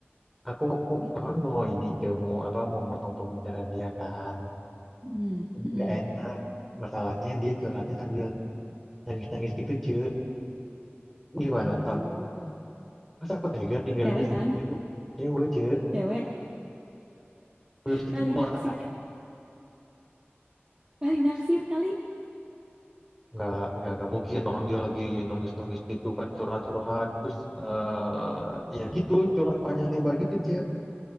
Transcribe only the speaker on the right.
gitu.
Mm,
mm.
Ya
ampun.
Cewek
kan?
Cewek
kali
naksir,
kali naksir kali.